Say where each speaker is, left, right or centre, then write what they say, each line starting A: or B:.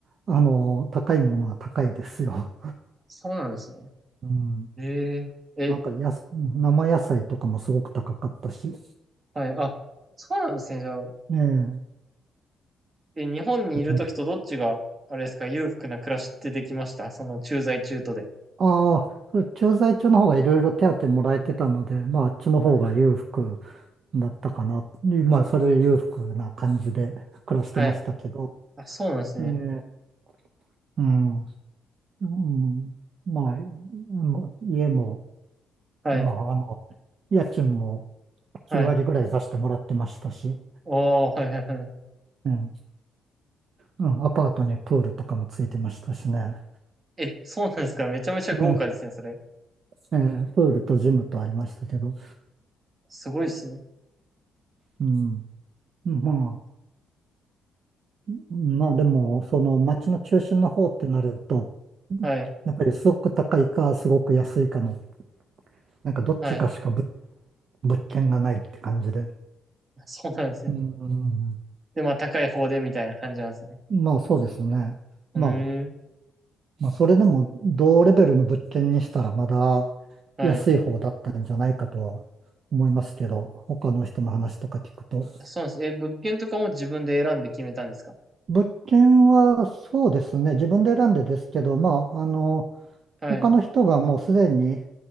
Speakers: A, on the right; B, on the right.
A: あの、高いものは高いですよ。
B: そうなんですね。
A: うん
B: えー、え、
A: なんかやす、生野菜とかもすごく高かったし。
B: はい。あ、そうなんですね。じゃあ、
A: ねえ。
B: え、日本にいるときとどっちが、
A: うん。
B: あれですか、裕福な暮らしってできましたその駐在中途で。
A: ああ、それ駐在中の方がいろいろ手当もらえてたので、まああっちの方が裕福
B: はい。
A: だったかな。まあそれ裕福な感じで暮らしてましたけど。
B: はい。あ、そうなんですね。
A: ええうん。うん。まあ、もう家も、
B: はい。
A: まああの、家賃も9割ぐらい出してもらってましたし、
B: はい。おー、はいはいはい。
A: うん。うん、アパートにプールとかもついてましたしね。
B: え、そうなんですか。めちゃめちゃ豪華ですね、
A: ええ
B: それ。
A: ええプールとジムとありましたけど。
B: すごいですね。
A: うん。まあ、まあでも、その街の中心の方ってなると、
B: はい。
A: やっぱりすごく高いか、すごく安いかの、なんかどっちかしかぶ
B: はい。
A: 物件がないって感じで。
B: そうなんですね。
A: うん、
B: で、まあ、高い方でみたいな感じなんですね。
A: まあそうですね。
B: へん
A: まあ、まあそれでも同レベルの物件にしたらまだ
B: はい。
A: 安い方だったんじゃないかとは思いますけど、他の人の話とか聞くと。
B: そうなんです。え、物件とかも自分で選んで決めたんですか
A: 物件はそうですね、自分で選んでですけど、まあ、あの、
B: はい。
A: 他の人がもうすでに